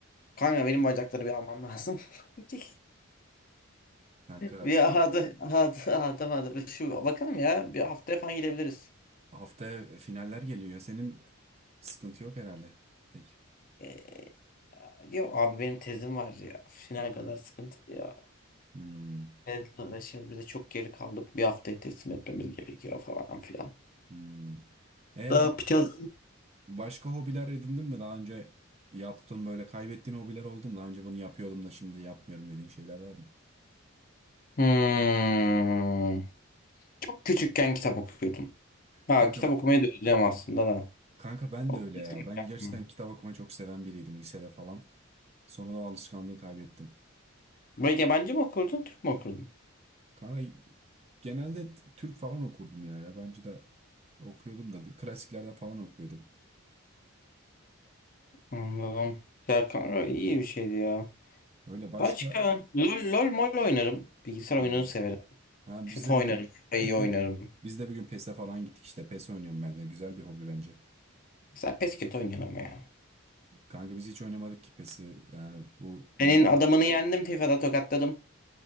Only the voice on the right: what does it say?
Kanka
haftaya finaller geliyor. Senin sıkıntı yok herhalde. Tek.
Hı.
Hmm,
hmm. E
bak
başka hobiler edindin mi? Daha önce yaptığın böyle kaybettiğin hobiler oldu mu? Daha önce bunu yapıyordum da şimdi yapmıyorum dediğin şeyler var mı?
Kanka
kanka ben
de öyle ya. Ben gerçekten kitap okumayı çok seven biriydim lisede falan. Sonra da o alışkanlığı kaybettim.
Kanka genelde t- Türk falan okurdum ya. Yabancı da okuyordum da klasiklerden falan okuyordum.
Öyle başka
Hı
hı.
ha
biz de
bir gün
biz
de biz de bir gün PES'e falan gittik işte. PES oynuyorum ben de. Güzel bir hobi bence.
Kanka biz hiç oynamadık ki PES'i. Yani bu bunu